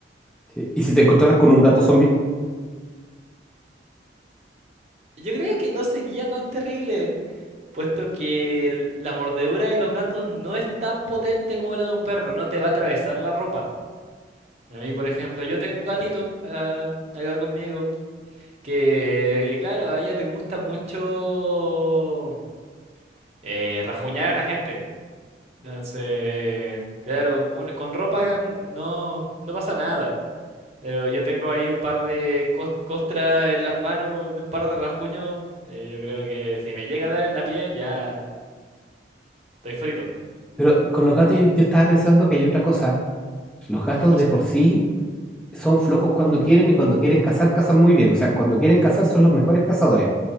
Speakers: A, in the centre; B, on the right.
A: Sí. ¿Y si te encontraras con un gato zombie?
B: Yo creo que no sería tan terrible, puesto que el- la mordedura de los gatos no es tan potente como la de un perro, no te va a atravesar la ropa. A mí, por ejemplo, yo tengo un gatito ah, acá conmigo, que, y claro, a ella le gusta mucho eh, rajuñar a la gente. Entonces, claro, un- con ropa no, no pasa nada. Pero yo tengo ahí un par de cos- costras en las manos, de un par de rajuños. eh, yo creo que si me llega a dar en la piel, ya estoy frito.
A: Pero con los gatos yo, yo estaba pensando que hay otra cosa. Los gatos
B: ¿Qué cosa?
A: de por sí son flojos cuando quieren y cuando quieren cazar, cazan muy bien. O sea, cuando quieren cazar son los mejores cazadores.